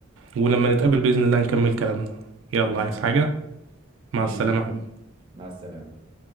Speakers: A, on the right; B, on the right.
A: ولما نتقابل بإذن الله نكمل كلامنا يلا
B: ماشي
A: عايز
B: يا حبيبي
A: حاجة مع
B: حبيبي
A: السلامة يا حبيبي
B: مع السلامه